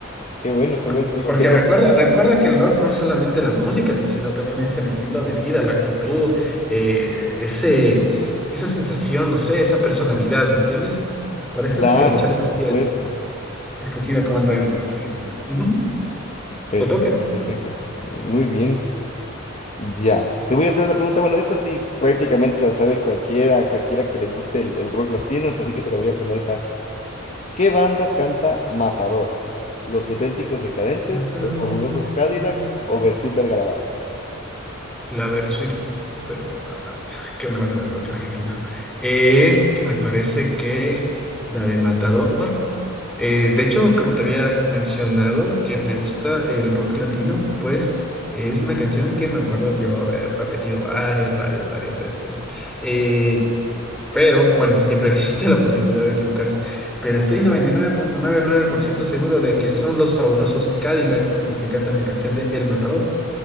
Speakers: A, on the left; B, in the centre.
A: Qué bueno, qué
B: Por-
A: bueno. Digo,
B: Porque
A: qué loco.
B: recuerda, recuerda que el rock no es solamente la música, ti- sino también es el estilo de vida, la actitud, eh, ese, esa sensación, no sé, esa personalidad, ¿me entiendes? Por eso
A: Claro,
B: es que Charlie
A: pues por
B: García
A: supuesto.
B: es escogido como el rey del rock argentino. Ujú.
A: Perfecto,
B: Te toca.
A: perfecto. Muy bien. Ya, te voy a hacer una pregunta. Bueno, esta sí prácticamente la sabe cualquiera, cualquiera que le guste el, el rock latino, así que te la voy a poner fácil. ¿Qué banda canta Matador? ¿Los Auténticos Decadentes,
B: Mataron,
A: Los Fabulosos Cadillacs
B: mataron.
A: o Bersuit Vergarabat?
B: La Versuit Vergarabat. Qué buena banda de rock argentino. Eh, me parece que la de Matador. Eh, de hecho, como te había mencionado que me gusta el rock latino, pues es una canción que me acuerdo yo haber repetido varias, varias, varias veces. Eh, pero bueno, siempre <laughs> existe la posibilidad de equivocarse. Pero estoy noventa y nueve nueve punto noventa y nueve por ciento seguro de que son los fabulosos Cadillacs los que cantan la canción de El Matador.